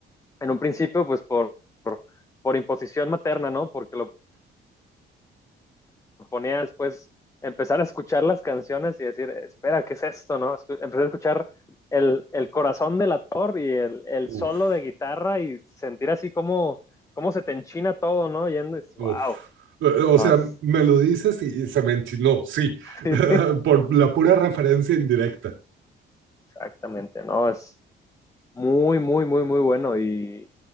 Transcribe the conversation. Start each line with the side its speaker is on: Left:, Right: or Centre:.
Left: en un principio, pues por, por imposición materna, ¿no? Porque lo ponía después empezar a escuchar las canciones y decir, espera, ¿qué es esto? ¿no? Empecé a escuchar el, el corazón del actor y el, el,
Right: Uf,
Left: solo de guitarra y sentir así como, como se te enchina todo, ¿no? Yendo y es,
Right: uf.
Left: wow.
Right: Eh, O
Left: No,
Right: sea,
Left: es,
Right: me lo dices y y se me enchinó, sí,
Left: <laughs>
Right: <laughs> por la pura referencia indirecta.
Left: exactamente, ¿no? Es muy, muy, muy, muy bueno. Y